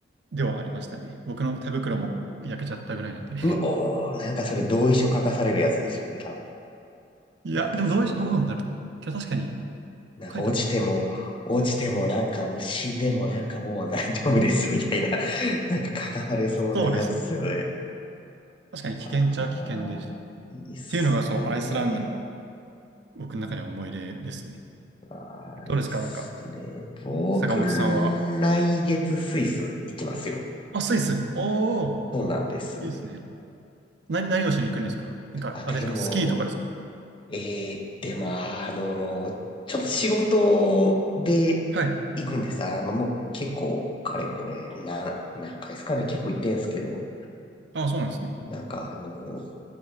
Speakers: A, on the right; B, on the left.
A: ではありましたね。僕の手袋も焼けちゃったぐらいなんで。
B: うおー、なんかそれ同意書書かされるやつですよね、多分。
A: いや、
B: なんかその、
A: でもどうし、どうなんだろう。今日確かに
B: なんか落ちても、
A: 書いたかな。
B: 落ちてもなんかもう死んでもなんかもう大丈夫ですみたいな、<laughs> なんか書かされそうなやつですよね。
A: そうですね。確かに危険っちゃ危険でしたね。
B: ああ、
A: っ
B: いいっすね。
A: ていうのが、そう、アイスランドの僕の中では思い出ですね。
B: ああ、
A: どうですかなんか、
B: いいっすね。僕、
A: 坂本さんは。
B: 来月スイス行きますよ。
A: あ、スイス。おー、
B: そうなんです。
A: いいですね。何、何をしに行くんですかなんか、
B: あ、でも、
A: あれですかスキーとかですか
B: えー、で、まあ、あの、ちょっと仕事で行くんです。
A: はい。
B: あの、もう結構、かれこれ、な、何回ですかね、結構行ってんすけど、
A: ああ、そうなんですね。
B: なんか、あの、